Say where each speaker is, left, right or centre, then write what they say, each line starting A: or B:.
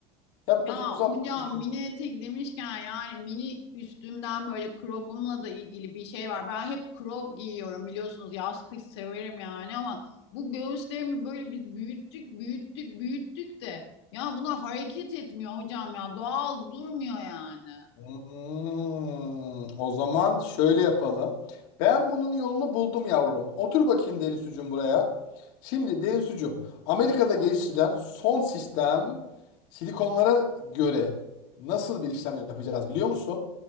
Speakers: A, on the left (about 55°); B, on the left (about 85°).
A: Yat
B: Ya
A: bakayım uzan
B: hocam
A: bakayım.
B: mini etek demişken yani mini üstümden böyle crobumla da ilgili bir şey var. Ben hep crop giyiyorum biliyorsunuz yaz kış severim yani ama bu göğüslerimi böyle biz büyüttük büyüttük büyüttük de ya bunlar hareket etmiyor hocam ya doğal durmuyor yani.
A: Hmm, o zaman şöyle yapalım. Ben bunun yolunu buldum yavrum. Otur bakayım derin sucum buraya. Şimdi derin sucum, Amerika'da geliştirilen son sistem silikonlara göre nasıl bir işlem yapacağız biliyor musun?